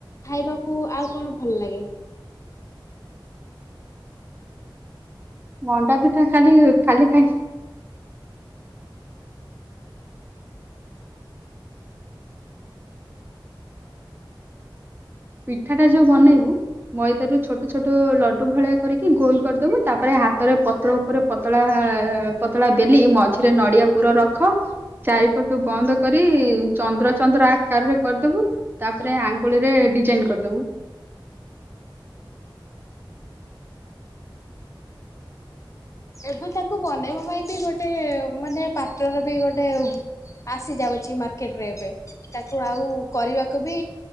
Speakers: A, on the left (about 35°); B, on the right (about 25°).
A: <unintelligible>
B: ମଣ୍ଡା ପିଠା ଖାଲି ଖାଲି ଖାଇ ପିଠାଟା ଯୋଉ ବନେଇବୁ। ମଇଦାରୁ ଛୋଟ ଛୋଟ ଲଡୁ ଭଳିଆ କରିକି ଗୋଲ କରିଦବୁ ତାପରେ ହାତରେ ପତ୍ର ଉପରେ ପତଳା ପତଳା ବେଲି ମଝିରେ ନଡିଆ ପୁର ରଖ। ଚାରିପଟୁ ବନ୍ଦ କରି ଚନ୍ଦ୍ର ଚନ୍ଦ୍ର ଆକାରରେ କରିଦବ। ତାପରେ ଆଙ୍ଗୁଳି ରେ ଡିଜାଇନ କରିଦବୁ।
A: ଏବେ ତାକୁ ବନେଇବା ପାଇଁ ବି ଗୋଟେ ମାନେ ପାତ୍ରରବି ଗୋଟେ ଆସିଯାଉଛି ମାର୍କେଟରେ ଏବେ। ତାକୁ ଆଉ କରିବାକୁ ବି